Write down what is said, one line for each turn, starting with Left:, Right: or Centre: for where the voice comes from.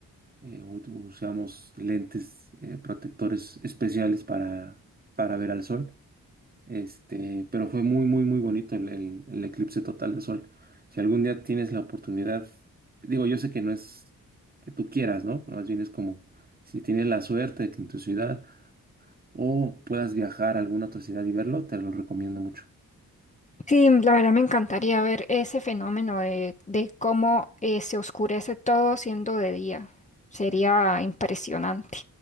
Right: eh, ut- usamos lentes eh, protectores especiales para, para ver al sol. Este, pero fue muy, muy, muy bonito el, el- el eclipse total de sol. Si algún día tienes la oportunidad, digo, yo sé que no es que tú quieras, ¿no? Más bien es como si tienes la suerte de que en tu ciudad o puedas viajar a alguna otra ciudad y verlo, te lo recomiendo mucho.
Left: Sí, la verdad me encantaría ver ese fenómeno de, de cómo eh, se oscurece todo siendo de día. Sería impresionante.